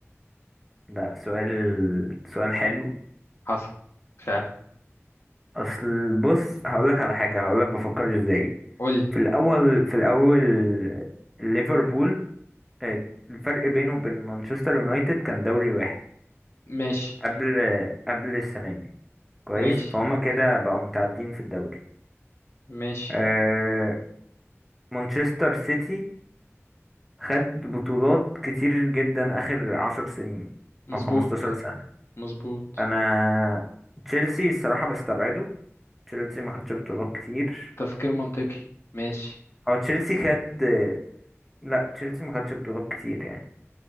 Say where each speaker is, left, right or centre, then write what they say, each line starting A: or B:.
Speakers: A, in the centre; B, on the left.
A: لا سؤال سؤال حلو
B: حصل فعلا
A: اصل بص هقولك على حاجه هقولك بفكر ازاي
B: قولي
A: في الاول في الاول ليفربول آه، الفرق بينه وبين مانشستر يونايتد كان دوري واحد
B: ماشي
A: قبل قبل السنه دي كويس
B: ماشي
A: فهم كده بقوا متعادلين في الدوري
B: ماشي
A: آه، مانشستر سيتي خد بطولات كتير جدا اخر عشر سنين
B: مظبوط
A: او خمستاشر سنه
B: مظبوط
A: انا تشيلسي الصراحه بستبعده تشيلسي ما خدش بطولات كتير
B: تفكير منطقي ماشي
A: هو تشيلسي خد لا تشيلسي ما خدش بطولات كتير يعني